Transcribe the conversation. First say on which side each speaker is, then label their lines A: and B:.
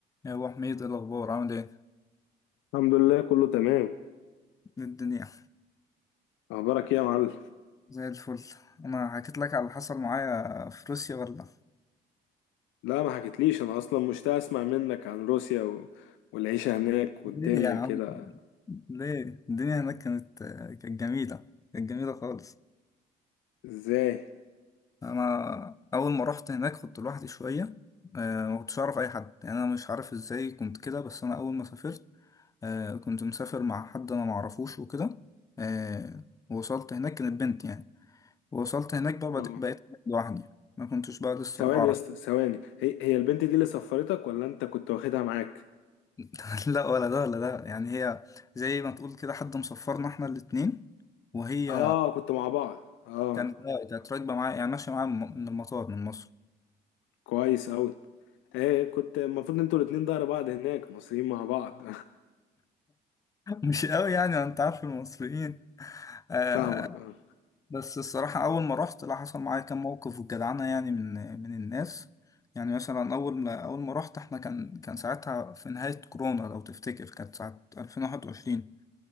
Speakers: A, on the left (about 15°); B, on the left (about 75°).
A: يا ابو حميد إيه الاخبار عامل ايه
B: الحمد لله كله تمام
A: إيه الدنيا
B: اخبارك ايه يا معلم
A: زي الفل انا حكيت لك على اللي حصل معايا في روسيا ولا
B: لا ما حكيتليش انا اصلا مشتاق اسمع منك عن روسيا و... والعيشه هناك
A: ليه
B: والدنيا
A: يا عم
B: كده
A: ليه الدنيا هناك كانت كانت جميله كانت جميله خالص
B: ازاي
A: انا اول ما رحت هناك كنت لوحدي شويه آه، ما كنتش اعرف اي حد يعني انا مش عارف ازاي كنت كده بس انا اول ما سافرت آه، كنت مسافر مع حد انا ما اعرفوش وكده آه، ووصلت هناك كانت بنت يعني ووصلت هناك بقى بد-
B: آه.
A: بقيت لوحدي ما كنتش بقى لسه
B: ثواني
A: ولا اعرف
B: يا اسطى ثواني هي هي البنت دي اللي سفرتك ولا انت كنت واخدها معاك
A: <laughs> لا ولا ده ولا ده يعني هي زي ما تقول كده حد مصفرنا احنا الاتنين وهي
B: اه كنت مع بعض اه
A: كانت اه كانت راكبه معايا يعني ماشيه معايا من من المطار من مصر
B: كويس اوي ايه كنت المفروض انتوا الاتنين ظهر بعض هناك مصريين مع بعض
A: <laughs> مش قوي يعني ما انت عارف المصريين آه
B: <laughs> فاهمك اه
A: بس الصراحه اول ما رحت لا حصل معايا كام موقف وجدعنه يعني من من الناس يعني مثلا اول ما اول ما رحت احنا كان كان ساعتها في نهايه كورونا لو تفتكر كانت ساعه 2021